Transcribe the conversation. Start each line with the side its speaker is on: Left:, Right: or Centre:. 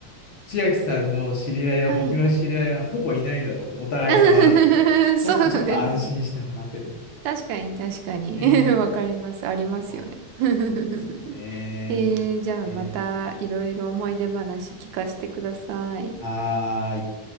Left: 千秋さんの知り合いや僕の知り合いはほぼいないだろうってお互い様なんだけど、
Right: はい。<laughs>
Left: そうするとちょっと安心して話せるみたい。
Right: そうですね。確かに、確かに。
Left: ね。
Right: <laughs> わかります。ありますよね。
Left: そ
Right: <laughs>
Left: うですよね。
Right: えー、じゃあまたいろいろ思い出話聞かせてください。
Left: えーはーい。